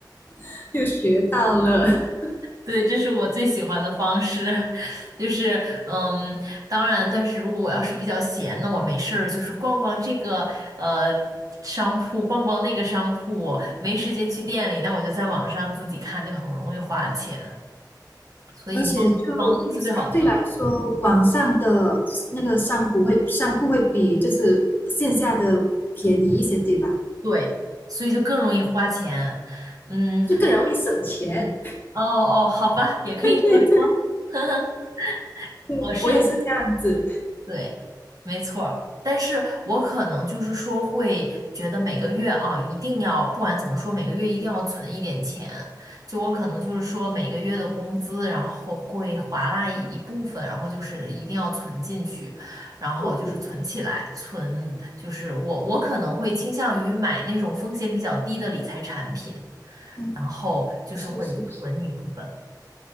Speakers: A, on the left; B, on the right.
A: <laughs> 又学到了。<laughs>
B: 对，这是我最喜欢的方式，<laughs> 就是嗯，当然，但是如果我要是比较闲，那我没事儿就是逛逛这个呃商铺，逛逛那个商铺，没时间去店里，那我就在网上自己看，就很容易花钱，所以忙忙碌是最好的状态，
A: 而且就相对来说，网上的那个商铺会商铺会比就是线下的便宜一些，对吧？
B: 对，所以就更容易花钱，嗯，
A: 就更容易省钱。
B: 哦哦，好吧，也可以这么说，
A: <laughs> 对对，
B: <laughs> 呵呵，
A: 对，
B: 我是。
A: 我也是这样子。
B: 对。没错儿，但是我可能就是说会觉得每个月啊，一定要不管怎么说，每个月一定要存一点钱。就我可能就是说每个月的工资，然后会划拉一部分，然后就是一定要存进去，然后就是存起来，
A: 对对，
B: 存就是我我可能会倾向于买那种风险比较低的理财产品，
A: 嗯，
B: 然后就是会存一部分。
A: 是是是。